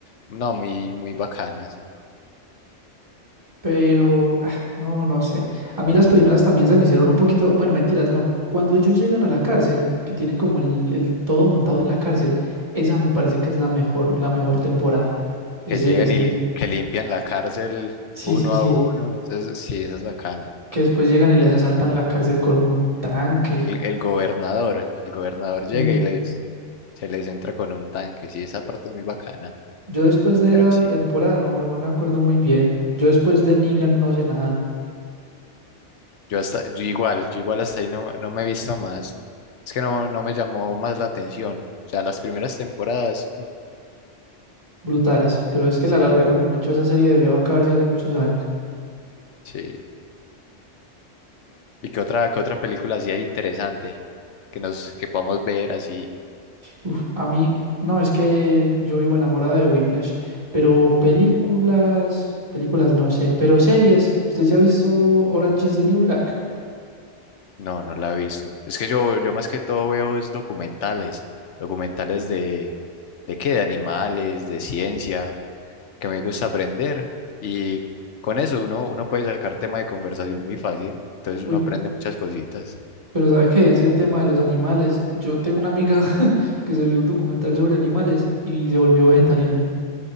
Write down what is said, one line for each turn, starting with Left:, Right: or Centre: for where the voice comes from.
Left: no, muy, muy bacanas,
Right: pero ah, no, no sé. A mí las primeras también se me hicieron un poquito, bueno, mentiras, no. Cuando ellos llegan a la cárcel, que tienen como el, el todo montado en la cárcel, esa me parece que es la mejor, la mejor temporada. Ese,
Left: que llegan
Right: ese,
Left: y lim- que limpian la cárcel
Right: sí,
Left: uno
Right: sí, sí,
Left: a uno, entonces sí, esa es bacana.
Right: que después llegan y les asaltan la cárcel con un tanque.
Left: El, el gobernador, el gobernador llega
Right: Mm,
Left: y les, se les entra con un tanque, sí, esa parte es muy bacana,
Right: Yo después de
Left: pero
Right: esa
Left: sí,
Right: temporada no, no me acuerdo muy bien. Yo después de Negan no sé nada.
Left: yo hasta, yo igual, yo igual hasta ahí no, no me he visto más, es que no, no me llamó más la atención, o sea, las primeras temporadas, mm,
Right: brutales, pero es que
Left: sí.
Right: la alargaron mucho, esa serie debió acabarse hace muchos años.
Left: Sí. ¿Y qué otra, qué otra película así hay interesante que nos que podamos ver así?
Right: Uf, a mí, no, es que yo vivo enamorado de Whiplash, pero películas, películas no sé, pero series, ¿usted ya ha visto Orange is the New Black?
Left: No, no la he visto. Es que yo, yo más que todo veo es documentales, documentales de, de qué, de animales, de ciencia, que me gusta aprender. Y con eso uno, uno puede sacar tema de conversación muy fácil. Entonces
Right: Uy,
Left: uno aprende muchas cositas.
Right: pero ¿sabe qué? Ese tema de los animales, yo tengo una amiga <laughs> que se vio un documental sobre animales y se volvió vegetariana.